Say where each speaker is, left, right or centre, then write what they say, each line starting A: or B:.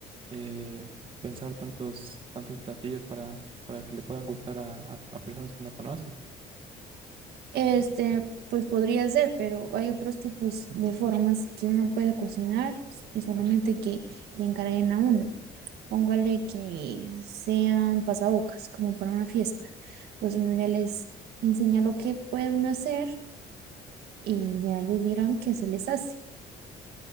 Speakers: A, on the right (about 30°); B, on the right (about 70°).
A: eh, pensar tantos, tantos platillos para, para que le puedan gustar a, a- a personas que no conoces.
B: Este, pues podría ser, pero hay otros tipos de formas que uno puede cocinar y solamente que le encarguen a uno. Póngale que sean pasabocas, como para una fiesta. Pues uno ya les enseña lo que puede uno hacer y ya ellos dirán qué se les hace.